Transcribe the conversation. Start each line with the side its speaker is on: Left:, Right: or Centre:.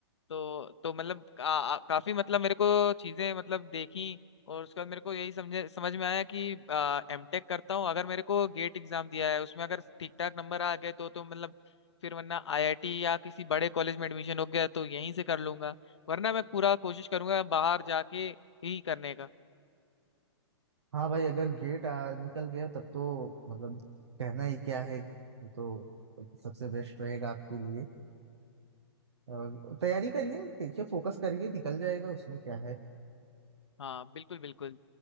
Left: तो तो मतलब का, आ- काफी मतलब मेरे को चीजें मतलब देखी और उसके बाद मेरे को यही समझे समझ में आया कि एमटेक करता हूँ अगर मेरे को गेट एग्जाम दिया है उसमें अगर ठीक ठाक नंबर आ गए तो तो मतलब फिर वरना आईआईटी या किसी बड़े कॉलेज में एडमिशन हो गया तो यहीं से कर लूंगा वरना मैं पूरा कोशिश करूंगा बाहर जाके ही करने का
Right: हाँ भाई अगर गेट आ, निकल गया तब तो मतलब कहना ही क्या है ये तो सबसे बेस्ट रहेगा आपके लिए और तैयारी करिए देखिए फोकस करिए निकल जाएगा उसमें क्या है
Left: हाँ बिल्कुल बिल्कुल